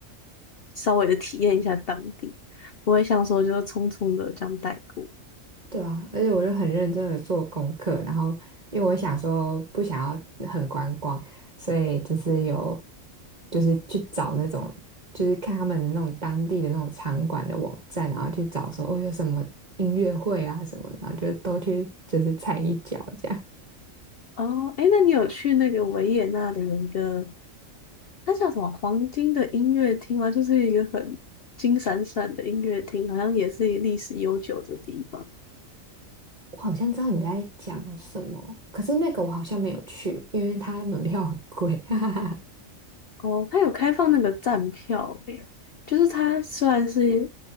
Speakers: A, on the left; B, on the right.
A: 稍微的体验一下当地，不会像说就是匆匆的这样带过。
B: 对啊，而且我就很认真的做功课，然后因为我想说不想要很观光，所以就是有就是去找那种就是看他们的那种当地的那种场馆的网站，然后去找说哦有什么音乐会啊什么，然后就都去就是踩一脚这样。
A: 哦，诶，那你有去那个维也纳的有一个它叫什么黄金的音乐厅吗？就是一个很金闪闪的音乐厅，好像也是一个历史悠久的地方。
B: 我好像知道你在讲什么，可是那个我好像没有去，因为它门票很贵。<laughs> 哈哈哈。
A: 哦，它有开放那个站票诶，就是它虽然是